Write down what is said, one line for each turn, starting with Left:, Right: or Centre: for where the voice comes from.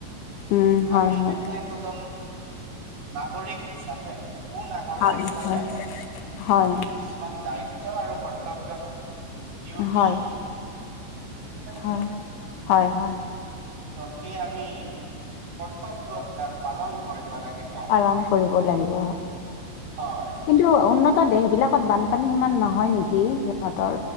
Left: উম' হয়।
Right: আমি একো
Left: হয়,
Right: একোজন নাগৰিক হিচাপে সু নাগৰিক
Left: হয়,
Right: হিচাপে
Left: হয়, হয়,
Right: আমি কিছুমান দায়িত্ব আৰু কৰ্তব্য থাকে ডিউটি
Left: হয়,
Right: থাকে গম পাইছানে
Left: হয়, হয়-হয়
Right: চবে আমি, কৰ্তব্য বিলাক পালন কৰিব লাগিব। হয়
Left: পালন কৰিব লাগিব কিন্তু উন্নত দেশ বিলাকত বানপানী সিমান নহয় নেকি? সিহঁতৰ